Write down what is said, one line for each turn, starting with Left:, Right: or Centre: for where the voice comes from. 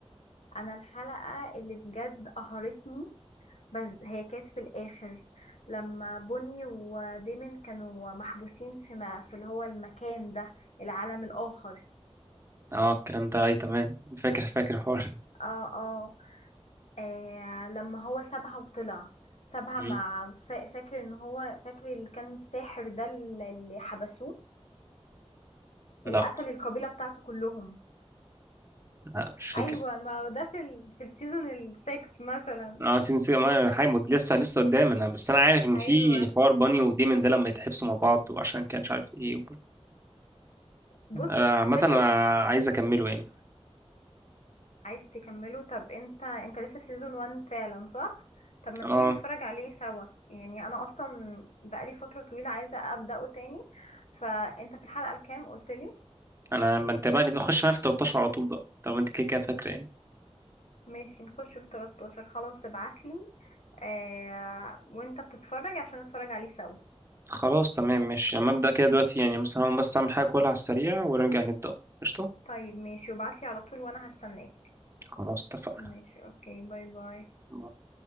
Left: انا الحلقة اللي بجد قهرتني بس هي كانت في الآخر لما بوني وديمن كانوا محبوسين في ما في اللي هو المكان ده العالم الآخر
Right: اه الكلام ده اي تمام فاكر فاكر الحوار
Left: اه اه آه، لما هو سابها وطلع سابها
Right: مم.
Left: مع فا- فاكر ان هو فاكر اللي كان الساحر ده اللي اللي حبسوه
Right: لا
Left: اللي قتل القبيلة بتاعته كلهم
Right: لا مش فاكر
Left: ايوه ما هو ده في ال... في السيزون السكس مثلا
Right: اه سيزون 6 ما- حاجة مد- لسه لسه قدام انا بس انا عارف ان
Left: ايوه
Right: في حوار باني وديمن ده لما يتحبسوا مع بعض وعشان كان مش عارف ايه و-
Left: بص
Right: آه، عامة
Left: فاكر
Right: انا عايز اكمله يعني
Left: عايز تكمله طب انت انت لسه في سيزون 1 فعلا صح طب ما تيجي
Right: اه
Left: نتفرج عليه سوا يعني انا اصلا بقالي فترة طويلة عايزة ابدأه تاني فانت في الحلقة الكام قلت لي
Right: انا ما انت بقى نخش معايا في 13 على طول بقى طب انت كده كده فاكره يعني
Left: ماشي نخش في 13 خلاص ابعتلي آه وانت بتتفرج عشان نتفرج عليه سوا
Right: خلاص تمام ماشي لما ابدا كده دلوقتي يعني مثلا هقوم بس اعمل حاجه كلها على السريع ونرجع نبدا قشطه
Left: طيب ماشي وابعتلي على طول وانا هستناك
Right: خلاص اتفقنا
Left: ماشي اوكي باي باي
Right: يلا